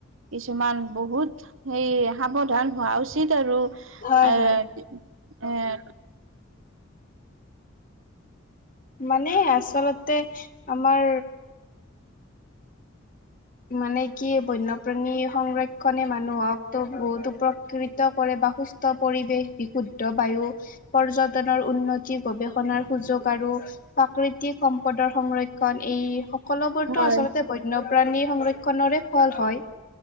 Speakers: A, on the right (about 75°); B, on the left (about 45°).
A: কিছুমান বহুত সেই সাৱধান হোৱা উচিত আৰু। <unintelligible>
B: হয়, হয় মানে আচলতে? আমাৰ। মানে কি, বন্যপ্ৰাণী সংৰক্ষনে মানুহক ত' বহুতো প্ৰকৃত কৰে বা। সুস্থ পৰিৱেশ, বিশুদ্ধ বায়ু। পৰ্যটনৰ উন্নতি, গৱেষণাৰ সুযোগ আৰু। প্ৰাকৃতিক সম্পদৰ সংৰক্ষণ ই। কলবৰতটো
A: হয়
B: আচলতে বন্যপ্ৰাণী সংৰক্ষণৰে ফল হয়।